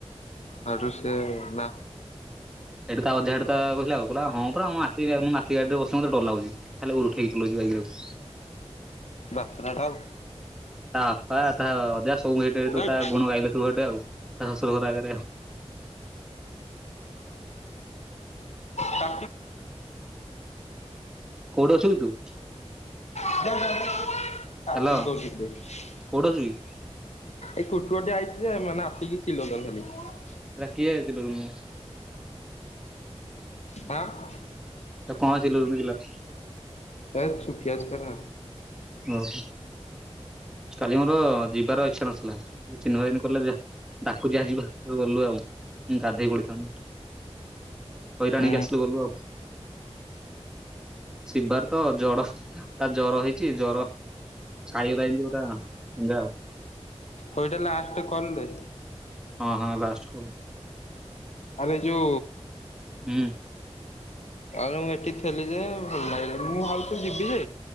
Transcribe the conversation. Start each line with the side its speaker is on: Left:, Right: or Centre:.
Left: ସେଇଠୁ ସେ ବା
Centre: ସେଇଠୁ ତା ଅଜା ସେଇଠୁ ତା କହିଲା ଆଉ ହଁ ପରା ମୋ ନାତି ଆଉ ମୋ ନାତି ଗାଡିରେ ବସିଲେ ମତେ ଡର ଲାଗୁଛି। ଖାଲି ଉଲଠେଇକି ଚଲଉଛି ବାଇକଟାକୁ।
Left: ବାତେରାଟା ଆଉ।
Centre: ତା ବାପା ତା ଅଜା ସବୁ ଏଠୁ ହେଠୁ
Left: ଏଇ
Centre: ତା ଗୁଣ ଗାଇଲେ ସବୁ ଗୋଟେ ଆଉ। ତା ଶ୍ଵଶୁରଘର ଆଗରେ
Left: ତା
Centre: କୋଉଠି ଅଛୁ କି ତୁ?
Left: <unintelligible>
Centre: ହାଲୋ କୋଉଠି ଅଛୁ କି?
Left: ଏଇ କୁଟୁଆଟେ ଆଇଛି ଯେ ମାନେ ଆସିକି ଚିଲଉଛନ୍ତି ଖାଲି।
Centre: ସେଇଟା କିଏ <unintelligible>
Left: ଆଁ?
Centre: ତା କଣ ଚିଲଉଛି ପିଲା?
Left: ଏ ଛୋଟିଆ ଛୋଟିଆ ବା
Centre: ଓ କାଲି ମୋର ଯିବାର ଇଚ୍ଛା ନଥିଲା। ଚିନୁ ଭାଇ ଏଇନେ କହିଲା ଯା ଡାକୁଛି ଆ ଯିବା ତ ଗଲୁ ଆଉ ଗାଧେଇ ପଡିଥାନ୍ତୁ। ହଇରାଣ
Left: ହୁଁ
Centre: ହେଇକି ଆସିଲୁ ଗଲୁ ଆଉ। ଶିବାର ତ ଜର ତା ଜର ହେଇ ଛି ଜ୍ଵର ଛାଡିଗଲା ଏମିତି ପୁରା ଚାଙ୍ଗା ଆଉ।
Left: ହୋଉ ଏଇଟା ଲାଷ୍ଟ କଲରେ
Centre: ହଁ ହଁ ଲାଷ୍ଟକୁ
Left: ଆରେ ଯୋଉ
Centre: ହୁଁ।
Left: ଆଉ ମୁଁ ଏଠି ଥିଲି ଯେ ଭଲ ଲାଗିଲା ମୁଁ ଭାବୁଚି ଯିବି ଯେ